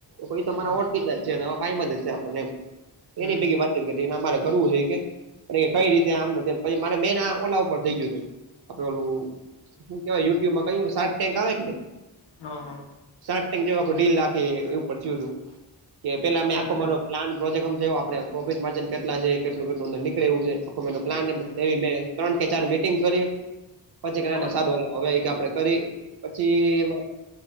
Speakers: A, on the right; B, on the left.
A: કોઈ તો તમારા
B: હા
A: ઓળ કીધા છે પાઈમાં જ છે આપણને
B: હમ
A: એની ભેગ વાત અમારે કરવું છે કે, કઈ રીતે આમ ને તેમ પછી મેં એના ઓલા ઉપર જઈ ગયું હતું, આપડે ઓલું શું કેવાય? યુટ્યુબ માં શાક ટેક ઇન્ડિયા આવે કે ન
B: હા, હા.
A: સાત ટ જેવા ડીલખે એવું પયું હતું કે, પેલા મેં
B: હમ
A: આખો
B: હમ
A: મા પ્લાન. પ્રોજેક્ટ. હમ, એ આપણે પ્રોફિટ માર્જિન કેટલા છે, કેટલું કેટલ અર નીકળે એ છે, આખ મે એનું પ્લાન એ
B: હમ
A: એવી મેં. ત્રણ કે ચાર મીટિંગ કરી. પછી કેને
B: અચ્છા
A: સાધવા, હવે આપણે કરી પછી એમાં.